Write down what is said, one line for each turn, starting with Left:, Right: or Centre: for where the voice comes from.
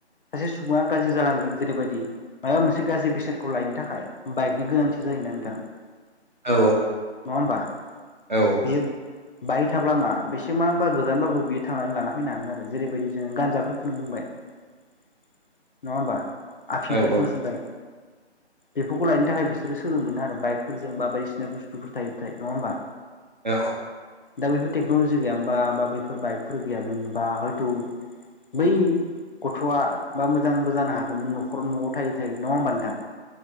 Left: सासे सुबुङा गाज्रि जालांदों जेरैबायदि माबा मोनसे गाज्रि बेसादखौ लायनो थाखाय बाइकनि गोनां थि जायोना नोंथां नङा
Right: औ
Left: होमबा
Right: औ
Left: बेयो बायक थाब्ला मा बेसेबांबा गोजानबाबो बियो थांनानै लाना फैनो हागोन आरो जेरैबायदि जोङो गानजाफोरखौनो बुंबाय नङा होनबा आफिंफोरखौनो
Right: औ औ
Left: होनबाय बेफोरखौ लायनो थाखाय बिसोर बिसोर सोलोंनो मोनो आरो बाइकफोरजों बा बायदिसिना बुस्थुफोर थायोब्लाथाय नङा होमबा
Right: औ
Left: दा बैफोर टेक्न'लजि गैयामोनबा बा बैफोर बाइकफोर गैयामोनबा हयथ' बै गथ'आ बा मोजांबो जानो हागौमोन न'खर न'आव थाय थायो नङा होमबा नोंथां